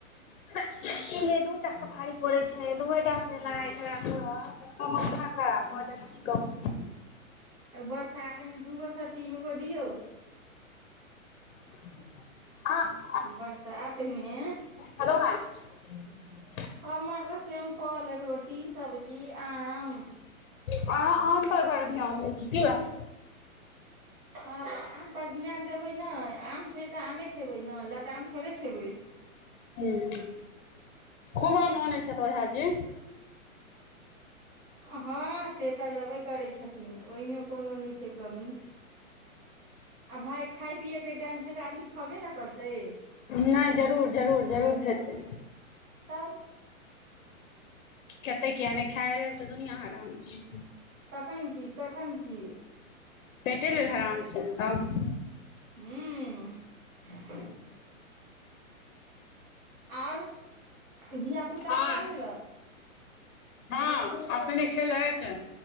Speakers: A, on the left; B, on the right.
A: अइमे दूटा तऽ भारी पड़े छै दूए टा मे जे लड़ाई झगरा करत माथा खराब भऽ जायत कि कहु
B: अय बरसात मऽ दूगो सऽ तीन गो दियौ
A: <unintelligible>
B: बरसातमे
A: खेलों हैं
B: हमर तऽ सिम्पल रोटी सब्जी आम
A: अहाँ आम पर बड़ ध्यान दै छी कि बात
B: हँ तऽ आम पर्र ध्यान देबै नय आम छै तऽ आमे खेबै नऽ लताम थोड़े खेबै
A: हूं खूब आम ओनै छैथ ओझाजी
B: हँ से तऽ लेबे करै छथिन ओहिमे कोनो नहि छै कमी आ भाय खाय पियएके टाइम छैय तऽ आदमी खबे नऽ करतै
A: नहि जरूर जरूर जरूर खेतै
B: तब
A: खेतै किए नहि खाइये लेल तऽ दुनिआँ हरान छै
B: तखन की तखन की
A: पेटेलेल हरान छै नऽ सभ
B: हूं आओर धियापुता
A: आओर
B: खा लेलक
A: हँ अपने खेलैथ